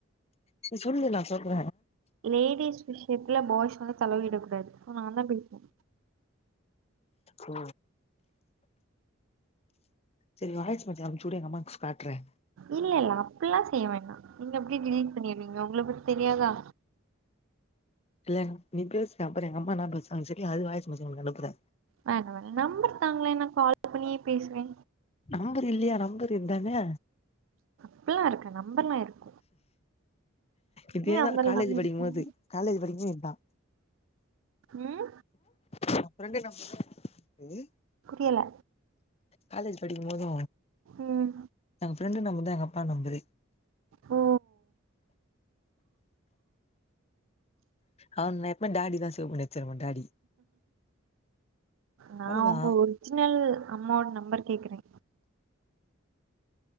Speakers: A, on the left (about 30°); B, on the right (about 70°).
A: நீ சொல்லு நா சொல்ற
B: லேடிஸ் விஷயத்துல பாய்ஸ் வந்து தலயிடக்கூடாது சோ நாந்தா பேசுவ
A: ஓ செரி வாய்ஸ் மெசேஜ் அனுப்ச்சுடு எங்கம்மாக்ஸ் காட்ற
B: இல்லல்ல அப்டில்லா செய்ய வேணா நீங்க அப்டே டெலிட் பண்ணிடுவிங்க உங்கள பத்தி தெரியாதா
A: இல்ல நீ பேசு அப்பற எங்க அம்மா என்ன பேசுனாங்க சொல்லி அது வாய்ஸ் மெசேஜ் உனக்கு அனுப்புற
B: வேணா வேணா நெம்பர் தாங்களே நா கால் பண்ணியே பேசுவே
A: நம்பர் இல்லையா நம்பர் இருந்தானே
B: அதல்லா இருக்கு நம்பர்லா ‍இருக்கு
A: இதேதா
B: நம்பர்
A: காலேஜ்
B: இல்லாம
A: படிக்கும்போது
B: இருக்கும்
A: காலேஜ் படிக்கும்போது இதா
B: ம்
A: எ ஃப்ரண்டு என்ன சொன்னா <inaudible>
B: புரியல
A: காலேஜ் படிக்கும் போது
B: ம்
A: எங்க ஃப்ரெண்டு நம்பர்தா எங்கப்பா நெம்பரு
B: ஓ
A: அவ நா எப்பவுமே டாடிதா சேவ் பண்ணி வெச்சிருப்ப டேடி
B: நா
A: அவ்ளோதா
B: உங்க ஒரிஜினல் அம்மாவோட நெம்பர் கேக்குறே